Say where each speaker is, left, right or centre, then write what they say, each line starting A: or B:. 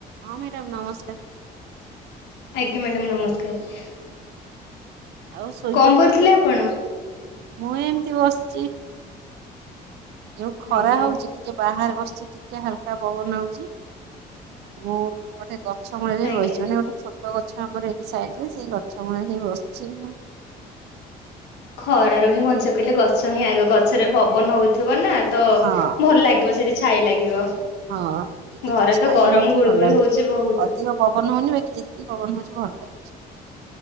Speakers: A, on the right; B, on the left.
A: ହଁ ମାଡାମ ନମସ୍କାର <unintelligible>
B: ଆଜ୍ଞା ମ୍ୟାଡ଼ମ୍ ନମସ୍କାର।
A: ଆଉ ଶୋଇପଡିଥିଲି
B: କଣ କରୁଥିଲେ
A: କି
B: ଆପଣ?
A: ମୁଁ ଏମିତି ବସଚି। ଯୋଉ ଖରା
B: ଆଜ୍ଞା।
A: ହଉଛି ଟିକେ ବାହାରେ ବସିଛିଟି ଟିକେ ହାଲକା ପବନ ହଉଛି। ମୁଁ ଗୋଟେ ଗଛ ମୂଳେରେ
B: ଆଜ୍ଞା।
A: ବଇଛି ମାନେ ଗୋଟେ ଛୋଟ ଗଛ ଆମର ଏଇ ସାଇଟରେ ସେଇ ଗ ଗଛ ମୂଳରେ ବସଛି ମୁଁ
B: ଖରାରୁ ହିଁ ବଞ୍ଚି କହିଲେ ଗଛ ହିଁ ଆଗ ଗଛରେ ପବନ ହଉଥିବ ନା ନା ତୋ
A: ହଁ
B: ଭଲ ଲାଗିବ ସେଠି ଛାଇ ଲାଗିବ
A: ହଁ ଟିକେ
B: ଘରେ
A: ଯୋଉ ଛାଇ
B: ତ ଗରମ
A: ହଉଛି
B: ଗୁଳୁଗୁଳି
A: ଭଲ ଲାଗୁଛି
B: ହଉଛି ବହୁତ
A: ଅଧିକ ପବନ ହଉନି ବାକି ଯେତିକି ପବନ ହଉଛି ଭଲ ଲାଗୁଛି <inaudible>